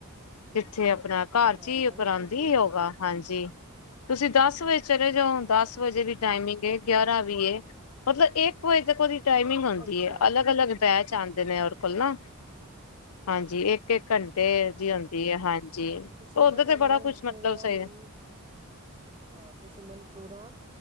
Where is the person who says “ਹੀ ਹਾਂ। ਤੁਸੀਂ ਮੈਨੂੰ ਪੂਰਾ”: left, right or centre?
Right